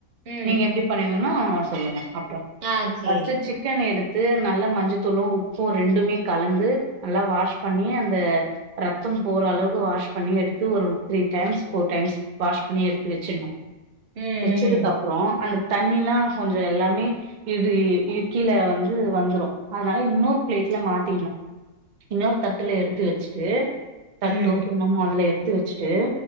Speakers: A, on the right; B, on the right.
A: ம்
B: நீங்க எப்டி பண்ணிங்கனு சொல்லுங்க அப் ற
A: ஆ சேரி
B: ஃபஸ்ட் சிக்கன் எடுத் து நல்ல மஞ்சதூளு உப்பு ரெண்டுமே கலந்து நல்லா வாஷ் பண்ணி அந்த ரத்தம் போற அளவு வாஷ் பண்ணி எடுத்து ஒரு three times four times wash பண்ணி எடுத்து வச்சிர்ணு
A: ம்
B: வெச்சதுக்கு
A: ம்
B: அப்றொ அந்த தண்ணில்லா கொஞ்ச எல்லாமே இடு இட்க்கில வந்து வந்துரு அதனால இன்னு பிளேட்ல மாத்திக்கணு இன்னொரு தட்டுல எடுத்து வச்சுட்டு தட்டோ
A: ம்
B: கிண்ணமோ அதுல எடுத் து வெச்சுட்டு